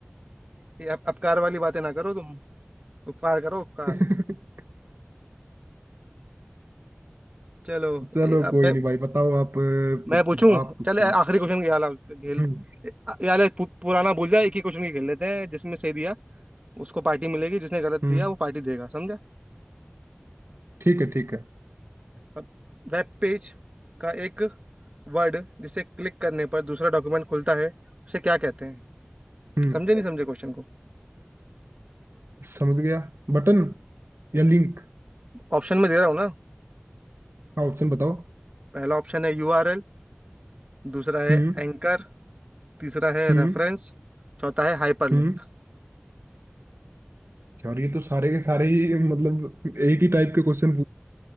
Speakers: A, on the right; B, on the right.
A: ये अप, अपकार वाली बातें ना करो तुम उपकार करो उपकार
B: <laughs>
A: चलो
B: चलो
A: ए, अब
B: कोई
A: मैं
B: नहीं भाई बताओ आप अ,
A: मैं
B: पूछो
A: पूछूं
B: आप पूछो
A: चल ए-
B: आप
A: आखिरी
B: पूछो
A: क्वेश्चन खेला खेल
B: हम्म
A: यार पु, पुराना भूल जा एक ही क्वेश्चन की खेल लेते हैं जिसमें सही दिया उसको पार्टी मिलेगी जिसने गलत
B: हम्म
A: दिया वो पार्टी देगा समझा
B: ठीक है ठीक है
A: अब वेब पेज का एक वर्ड जिसे क्लिक करने पर दूसरा डॉक्यूमेंट खुलता है उसे क्या कहते हैं
B: हम्म
A: समझे नहीं समझे क्वेश्चन को
B: समझ गया बटन या लिंक
A: ऑप्शन में दे रहा हूँ ना
B: हाँ ऑप्शन बताओ
A: पहला ऑप्शन है यूआरएल दूसरा है
B: हम्म
A: एंकर तीसरा है
B: हम्म
A: रेफरेंस चौथा है हाइपरलिंक
B: हम्म यार ये तो सारे के सारे ही मतलब एक ही टाइप के क्वेश्चन